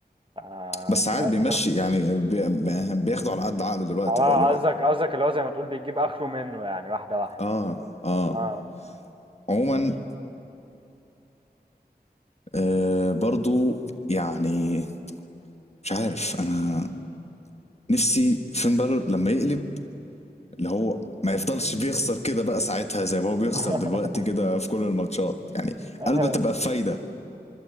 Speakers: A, on the right (about 30°); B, on the left (about 40°).
A: آه
B: بس
A: مش
B: عاد
A: عارف
B: بيمشي يعني بي- بياخده على قد عقله دلوقتي
A: اه
B: غالبا
A: قصدك قصدك اللي هو زي ما تقول بيجيب اخره منه يعني واحده واحده
B: اه اه
A: اه
B: عموما آه برضو يعني مش عارف انا نفسي فين بالور لما يقلب اللي هو ما يفضلش بيخسر كده بقى ساعتها زي ما هو بيخسر
A: <laughs>
B: دلوقتي كده في كل الماتشات يعني
A: آه،
B: قلبه تبقى بفايدة